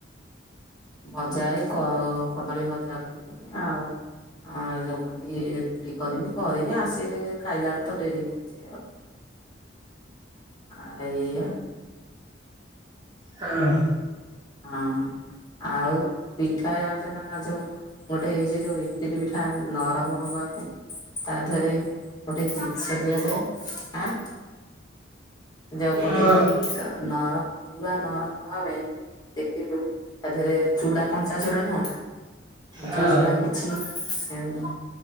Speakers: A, on the left (about 20°); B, on the right (about 25°).
A: ଭଜା ଏଇ କ କଦଳୀ ଭଜା କରିବି ଆଉ ଆଉ ଯଉ କନ୍ତି ରୁଟି କରିମି କରିନି ଆସ ଖାଇଲା ଆଳୁତ ଡେରି ହୋଉଛି ଆଉ। ଆଉ ଏଇ ଏଇଆ
B: ହଁ।
A: ହଁ ଆଉ ପିଠା ଜାଣିଚ ନା ଯୋଉ ଗୋଟେ ଏଇ ସେଇ ଯୋଉ ଇଟିଲି ପିଠା ନରମ ହବା ପାଇଁ ତା ଦେହରେ ଗୋଟେ ଜିନ୍ସ ଦିଆଯାଏ ଆଁ ଯୋଉ କୁହନ୍ତି
B: ହଁ
A: ନରମ ପୁରା ନରମ ହବା ପାଇଁ ଦେଖିବୁ ତାଦେହରେ ଚୁଡା କଞ୍ଚା ଚୁଡା ନୁହଁ ନା କଞ୍ଚା
B: ହଁ
A: ଚୁଡା କିଛି ଏମ୍